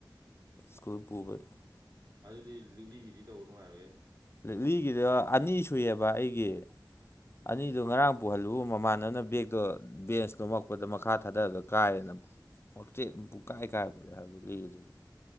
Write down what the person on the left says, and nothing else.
ꯁ꯭ꯀꯨꯜ ꯄꯨꯕꯣꯏ
ꯛꯂꯤꯒꯤꯗ ꯑꯅꯤ ꯁꯨꯏꯑꯕ ꯑꯩꯒꯤ
ꯑꯅꯤꯗꯣ ꯉꯔꯥꯡ ꯄꯨꯍꯜꯂꯨꯕ ꯃꯃꯥꯟꯅꯕꯅ ꯕꯦꯛꯇꯣ ꯕꯦꯟꯁ ꯅꯣꯃꯛꯄꯗ ꯃꯈꯥ ꯊꯥꯗꯔꯒ ꯀꯥꯏꯔꯦꯅ ꯄꯇꯦꯠ ꯑꯃ ꯄꯨꯡ ꯀꯥꯏ ꯀꯥꯏꯕꯔꯦ ꯍꯥꯏꯕꯗꯨꯗꯤ ꯂꯤꯗꯨꯗꯤ